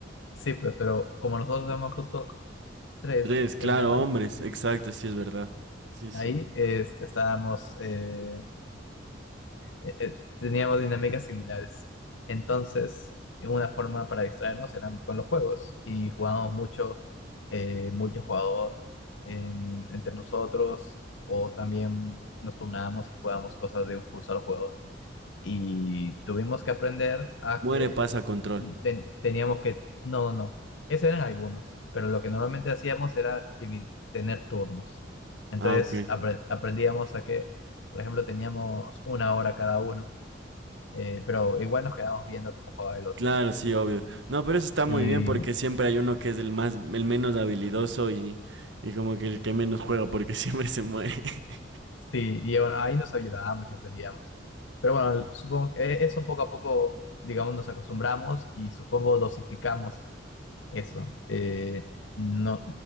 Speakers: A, on the left (about 80°); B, on the right (about 70°).
A: sí, pues, pero como nosotros éramos justo tres
B: Tres, claro,
A: hermanos,
B: hombres, exacto, sí es verdad. Sí,
A: ahí
B: sí.
A: eh, estábamos... eh, eh, eh, teníamos dinámicas similares. Entonces, una forma para distraernos era con los juegos y jugábamos mucho eh, multijugador en- entre nosotros o también nos turnábamos y jugábamos cosas de un solo jugador. Y tuvimos que aprender a
B: Muere,
A: que
B: pasa control.
A: ten- teníamos que... No, no, no. Esos eran algunos, pero lo que normalmente hacíamos era divi- tener turnos. Entonces
B: Ah, ok.
A: apre- aprendíamos a que, por ejemplo, teníamos una hora cada uno eh, pero igual nos quedábamos viendo cómo jugaba el otro.
B: Claro, sí, obvio. No, pero eso está
A: Y
B: muy bien porque siempre hay uno que es el más, el menos habilidoso y, y como que el que menos juega porque <laughs> siempre se muere. <laughs>
A: sí, y bueno, ahí nos ayudábamos y aprendíamos. Pero bueno, supongo que eso poco a poco, digamos, nos acostumbramos y supongo dosificamos eso. Eh, no,